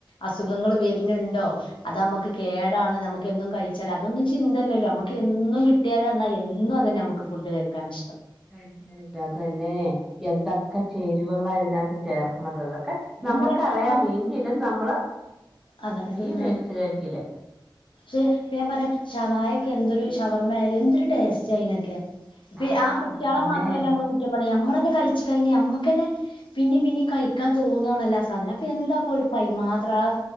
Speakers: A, on the left; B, in the centre.
A: അസുഖങ്ങൾ വെര്ണണ്ടോ അത് നമക്ക് കേടാണ് നമുക്ക്ന്നും കഴിച്ചാൽ അതൊന്നും ചിന്തല്ലല്ലോ നമുക്ക് എന്നും കിട്ടിയാലന്നാ എന്നും അതന്നെ നമുക്ക് ഫുഡ് കഴിക്കാൻ ഇഷ്ടം.
B: കഴിക്കാനില്ല അത്തന്നെ എന്തൊക്കെ ചേരുവകളാ ഇതിനകത്ത് ചേർക്കണത്.
A: ഞാൻ
B: നമുക്ക്റിയാമ
A: പറയാ അ
B: എങ്കിലും നമ്മള്
A: അതന്നെ
B: ഈ
A: തിന്നാണ്
B: മേടിച്ച് കഴിക്കില്ലേ
A: ഷേ പ്പോ ഞാൻ പറയാ ഷവായക്കെ എന്തൊരു ഷവർമയായലും എന്തൊരു ടേസ്റ്റ് അയിനൊക്കെ ഇപ്പ
B: ആഹ്
A: ആ കുട്ടിയാളെ
B: അത് തന്നെ
A: മാത്രല്ല നമ്മള് കുറ്റം നമ്മളന്നെ കഴിച്ചു കഴിഞ്ഞാ നമ്മുക്ക് തന്നെ പിന്നെയും പിന്നെയും കഴിക്കാൻ തോന്നുവണല്ലാ സാധനം അപ്പൊ എന്താല മാത്ര ആ